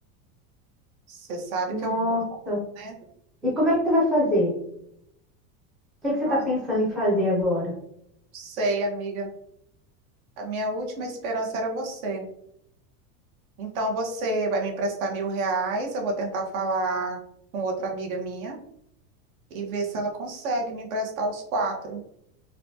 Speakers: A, on the right; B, in the centre.
A: Você sabe
B: Nossa,
A: que eu, né?
B: e como é que você vai fazer? O que que você
A: Ah,
B: está pensando
A: não
B: em fazer agora?
A: sei, amiga. A minha última esperança era você. Então, você vai me emprestar mil reais, eu vou tentar falar com outra amiga minha e ver se ela consegue me emprestar os quatro.